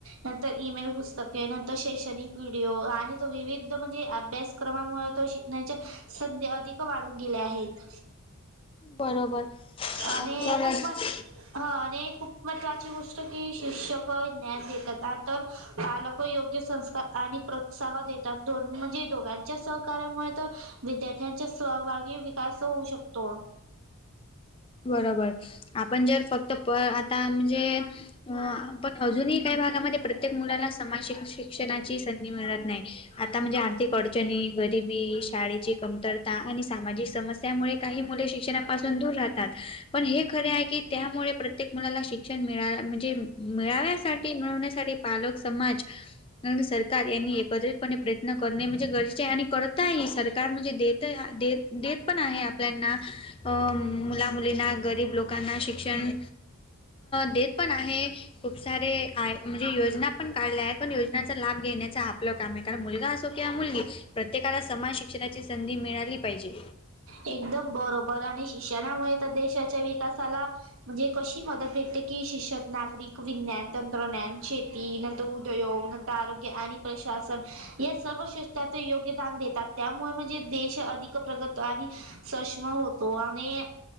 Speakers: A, on the right; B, on the left.
A: नंतर ईमेल पुस स्तके नंतर शैक्षणिक व्हिडिओ आणि तो विविध म्हणजे अभ्यासक्रमामुळे तो शिकण्याच्या संधी अधिक वाढून गेल्या आहेत
B: बरोबर
A: आणि
B: खरंच
A: खूप मात ह आणि खूप महत्त्वाची गोष्ट की शिक्षक ज्ञान देतात आ तर पालक योग्य संस्कार आणि प्रोत्साह देतात दोन म्हणजे दोघांच्या सहकार्यामुळे तर विद्यार्थ्यांचा सहभागी विकास होऊ शकतो
B: बरोबर आपण जर फक्त प आता म्हणजे अ पण अजूनही काही भागामध्ये प्रत्येक मुलाला स समान शिक्षणाची संधी मिळत नाही आता म्हणजे आर्थिक अडचणी गरिबी शाळेची कमतरता आणि सामाजिक समस्यामुळे काही मुले शिक्षणापासून दूर राहतात पण हे खरे आहे की त्यामुळे प्रत्येक मुलाला शिक्षण मिळा म्हणजे मिळाव्यासाठी होण्यासाठी पालक समाज आणि सरकार यांनी एकत्रितपणे प्रयत्न करणे म्हणजे गरजेचे आहे आणि करता आहे सर म्हणजे द देत पण आहे आपल्याना अ मुला मुलींना गरीब लोकांना शि क्षण देत पण आहे खूप सारे आय म्हणजे योजना पण काढलीय पण योजनेचा लाभ घेण्याच आपल काम आहे कारण मुलगा असो किंवा मुलगी प्रत्येकाला समान शिक शिक्षणाची संधी मिळाली पाहिजे
A: एकदम बरोबर आणि शिक्षणामुळे तर देशाच्या विकासाला म्हणजे कशी मदत भेटते की शिक्षण, नागरिक, विज्ञान, तंत्रज्ञान, शेती न उद्योग नंतर आरोग्य आणि प्रशासन या सर्व शष्रात योग्यदान देतात त्यामुळे म्हणजे देश अधिक प्रगत आणि सष्मा होतो आणि